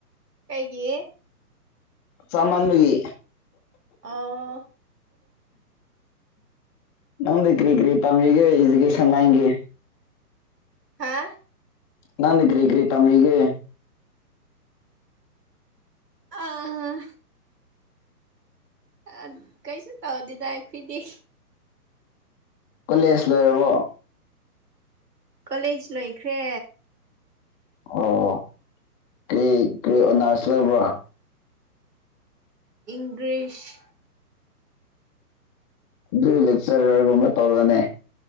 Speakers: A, on the right; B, on the left.
A: ꯀꯩꯒꯤ
B: ꯆꯥꯃꯟꯕꯒꯤ
A: ꯑꯣ
B: ꯅꯪꯗꯤ ꯀ꯭ꯔꯤ ꯀ꯭ꯔꯤ ꯇꯝꯔꯤꯒꯦ ꯏꯖꯨꯀꯦꯁꯟ ꯂꯥꯏꯟꯒꯤ
A: ꯍꯥ
B: ꯅꯪꯗꯤ ꯀ꯭ꯔꯤ ꯀ꯭ꯔꯤ ꯇꯝꯔꯤꯒꯦ
A: ꯑꯥ ꯑ ꯀꯩꯁꯨ ꯇꯧꯗꯦꯗ ꯑꯩꯈꯣꯏꯗꯤ
B: ꯀꯣꯂꯦꯖ ꯂꯣꯏꯔꯕꯣ
A: ꯀꯣꯂꯦꯖ ꯂꯣꯏꯈ꯭ꯔꯦ
B: ꯑꯣ ꯀ꯭ꯔꯤ ꯀ꯭ꯔꯤ ꯑꯣꯅꯥꯔꯁ ꯂꯩꯔꯕ꯭ꯔꯥ
A: ꯏꯪꯒ꯭ꯔꯤꯁ
B: ꯑꯗꯨ ꯂꯦꯛꯆꯔꯔ ꯒꯨꯝꯕ ꯇꯧꯔꯅꯦ